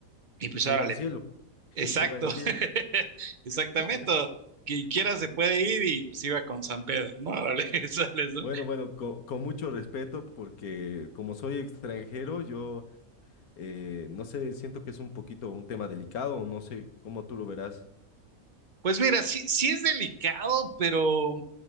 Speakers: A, on the right; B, on the left.
A: Y pues
B: y se
A: órale,
B: iba al cielo, <laughs>
A: exacto,
B: y se iba al cielo.
A: <laughs> exactamente,
B: <laughs> Pues,
A: quien quiera se
B: no.
A: puede ir y pues iba con San Pedro, ¿no? Órale, <laughs> sales, ¿no?
B: Bueno, bueno, co- con, mucho respeto, porque como soy extranjero, yo eh, no sé, siento que es un poquito un tema delicado, no sé cómo tú lo verás.
A: Pues mira, sí, sí es delicado, pero